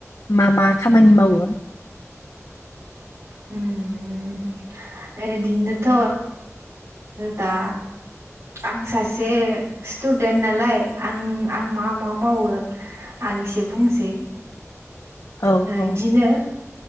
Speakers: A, on the left; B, on the right.
A: मा मा खामानि मावो
B: उम ओ दिनोथ' दा आं सासे स्टुदेन्ट नालाय आं आं मा मा मावो आं एसे बुंसै
A: औ औ
B: इदिनो